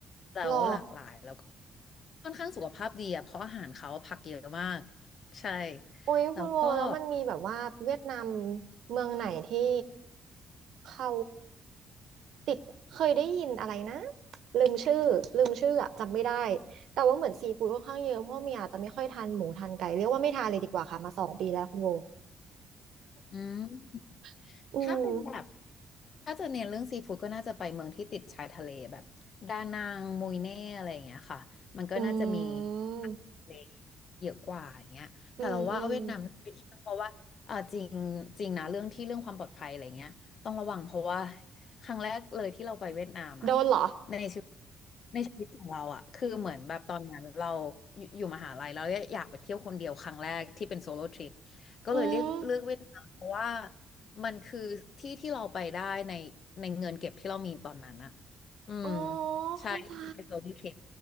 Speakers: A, on the left; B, on the right.
A: แล้วหลากหลายแล้วก็
B: หรอ
A: ค่อนข้างสุขภาพดีอะเพราะอาหารเขาผักเยอะมากใช่
B: โอ้ยคุณโวแล้วมันมีแบบว่าเวียดนาม
A: แล้วก็
B: เมืองไหนที่เขาติดเคยได้ยินอะไรนะลืมชื่อลืมชื่ออะจำไม่ได้แต่ว่าเหมือนซีฟู้ดค่อนข้างเยอะเพราะว่าเมียอาจจะไม่ค่อยทานหมูทานไก่เรียกว่าไม่ทานเลยดีกว่าค่ะมาสองปีแล้วคุณโว
A: อืม
B: <laughs> อืม
A: ถ้าเป็นแบบ ถ้าจะเน้นเรื่องซีฟู้ดก็น่าจะไปเมืองที่ติดชายทะเลแบบดานังมุยเน่อะไรอย่างเงี้ยค่ะ มันก็น่าจะมี
B: อืม
A: เล็กเยอะกว่าอย่างเงี้ยแต่เราว่าเวียดนามน่าไปเที่ยวเพราะว่าอ่าจริงจริงนะเรื่องที่เรื่องความปลอดภัยอะไรเงี้ยต้องระวังเพราะว่า
B: อืมอืม
A: ครั้งแรกเลยที่เราไปเวียดนามอ่ะ
B: โดนเหรอ
A: ในชีวิตในชีวิตของเราอ่ะคือเหมือนแบบตอนนั้นเราอยู่อยู่มหาลัยแล้วอยากไปเที่ยวคนเดียวครั้งแรกที่เป็นโซโล่ทริปก็เลยเลือกเลือกเวียดนามเพราะว่า
B: อืม
A: มันคือที่ที่เราไปได้ในในเงินเก็บที่เรามีตอนนั้นอ่ะอืม
B: อ๋อ
A: ใช่ที่เป็นโซโล่ทริป
B: เข้าใจ